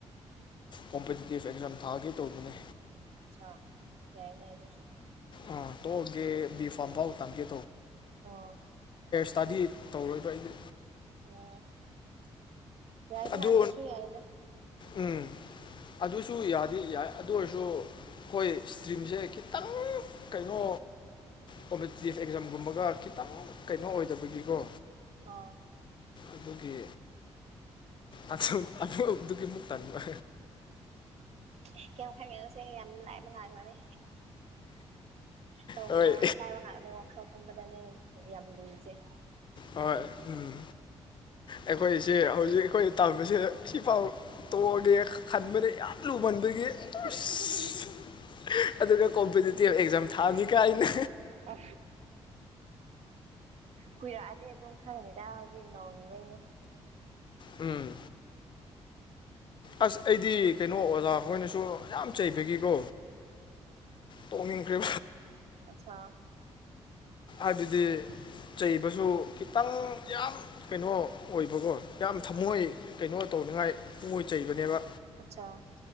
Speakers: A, on the left; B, on the right.
A: ꯀꯣꯝꯄꯤꯇꯤꯇꯤꯚ ꯑꯦꯛꯖꯥꯝ ꯊꯥꯒꯦ ꯇꯧꯕꯅꯦ
B: ꯑꯆꯥꯥ ꯌꯥꯏꯅꯦ ꯑꯗꯨꯁꯨ
A: ꯑ ꯇꯣ ꯑꯦ ꯕꯤ ꯐꯥꯕꯥꯝ ꯐꯥꯎ ꯇꯥꯪꯒꯦ
B: ꯑꯣ
A: ꯏꯁꯇꯗꯤ ꯇꯧꯔꯣꯏꯕ ꯑꯩꯗꯤ
B: ꯎꯝ ꯌꯥꯏꯗ
A: ꯑꯗꯨ
B: ꯑꯗꯁꯨ ꯌꯥꯏꯗ
A: ꯎꯝ ꯑꯗꯨꯁꯨ ꯌꯥꯗꯤ ꯌꯥꯏ ꯑꯗꯨ ꯑꯣꯏꯔꯁꯨ ꯑꯩꯈꯣꯏ ꯏꯁꯇ꯭ꯔꯤꯝꯁꯦ ꯈꯤꯇꯪ ꯀꯩꯅꯣ ꯀꯣꯝꯄꯤꯇꯤꯇꯤꯞ ꯑꯦꯛꯖꯥꯝꯒꯨꯝꯕꯒ ꯈꯤꯇꯪ ꯀꯩꯅꯣ ꯑꯣꯏꯗꯕꯒꯤꯀꯣ
B: ꯑꯣ
A: ꯑꯗꯨꯒꯤ ꯑ ꯑꯗꯨꯒꯤꯃꯨꯛꯇ ꯇꯕ
B: ꯑꯦ ꯀꯩꯝ ꯈꯪꯒꯦꯅꯣꯁꯦ ꯌꯥꯝ ꯂꯥꯏꯕ ꯉꯥꯛꯅꯅꯤ ꯇꯧꯕ
A: ꯍꯣꯏ
B: ꯇꯧꯔꯗꯤ ꯂꯥꯏꯕ ꯉꯥꯛꯅꯦ ꯋꯥꯈꯜ ꯈꯟꯕꯗꯅꯦ ꯌꯥꯝ ꯂꯨꯖꯩ
A: ꯍꯣꯏ ꯎꯝ ꯑꯩꯈꯣꯏꯁꯦ ꯍꯧꯖꯤꯛ ꯑꯩꯈꯣꯏ ꯇꯁꯗ ꯁꯤꯐꯥꯎ ꯇꯣꯛꯑꯒꯦ ꯈꯟꯕꯔꯦ ꯌꯥꯝ ꯂꯨꯃꯟꯕꯒꯤ ꯑꯁ
B: ꯍ
A: ꯑꯗꯨꯒ ꯀꯣꯝꯄꯤꯇꯤꯇꯤꯚ ꯑꯦꯛꯖꯥꯝ ꯊꯥꯅꯤ ꯀꯥꯏꯅ
B: ꯑ ꯀꯨꯏꯔꯛꯑꯗꯤ ꯑꯗꯨꯝ ꯈꯪꯉꯅꯤꯗ ꯍꯧꯖꯤꯛ ꯅꯧꯔꯤꯕꯩꯅꯦ
A: ꯎꯝ ꯑꯁ ꯑꯩꯗꯤ ꯀꯩꯅꯣ ꯑꯣꯖꯥ ꯑꯩꯈꯣꯏꯅꯁꯨ ꯌꯥꯝ ꯆꯩꯕꯒꯤꯀꯣ ꯇꯧꯃꯤꯤꯟ ꯀ꯭ꯔꯦ
B: ꯑꯆꯥꯆꯥ
A: ꯑꯗꯨꯗꯤ ꯆꯩꯕꯁꯨ ꯈꯤꯇꯪ ꯌꯥꯝ ꯀꯩꯅꯣ ꯑꯣꯏꯕꯀꯣ ꯌꯥꯝ ꯊꯃꯣꯏ
B: ꯎꯝ
A: ꯀꯩꯅꯣ ꯇꯧ ꯇꯧꯅꯤꯡꯉꯥꯏ ꯄꯨꯡꯣꯏ ꯆꯩꯕꯅꯦꯕ
B: ꯑꯆꯥ